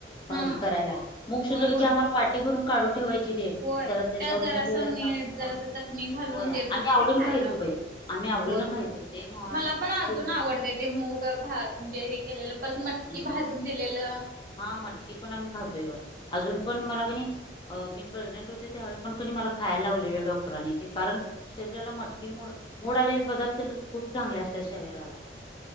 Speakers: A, on the left; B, on the right.
A: भाजी
B: हा
A: करायला मुग शिजवल
B: होय होय
A: की, आम्हाला वाटी भरून काढून ठेवायची किदे
B: होय
A: त्याच्यावर
B: त्यात जरासं
A: मीठ वगैरे
B: मीठ
A: टाकून
B: जरासं चटणी घालून
A: होय
B: देत
A: आम्ही
B: होतीत
A: आवडून
B: नाही खायला
A: खायचो बाई. आम्ही आवडीनो
B: होय होय.
A: खायचो ते म्हण
B: मला पण अजून
A: पुरण
B: आवडत. ते मूग म्हणजे हे केलेलं परत मटकी
A: हम्म
B: भाजून दिलेलं.
A: हा मटकी पण आम्ही खातोय बाई अजून पण मला की नाही मी प्रेग्नेंट होते त्यावेळी पण कनी मला खायला लावलेलं डॉक्टरांनी ते कारण. शरीराला मटकीे मोड मोड आलेले पदार्थ खूप चांगले असतात शरीराला.